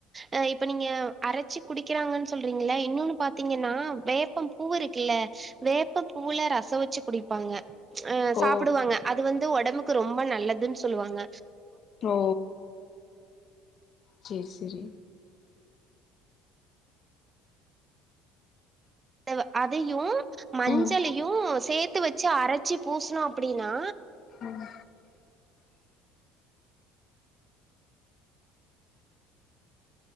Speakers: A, on the right (about 25°); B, on the left (about 50°).
A: அ இப்ப நீங்க அரச்சு குடிக்கிற றாங்கனு சொல்றீங்கள்ள இன்னொன்னு பாத்தீங்கன்னா வேப்பம் பூவு இருக்குல்ல வேப்பம் பூவுல ரச வச்சு குடிப்பாங்க அ
B: ஓ
A: சாப்பிடுவாங்க அது வந்து ஒடம்புக்கு ரொம்ப நல்லதுன் சொல்வாங்க
B: ஓ சேரி செரி
A: தேவ அதையு மஞ்சளையு
B: ம்
A: சேத்து த்து வச்சு அரச்சி பூசணு அப்டின்னா
B: ம்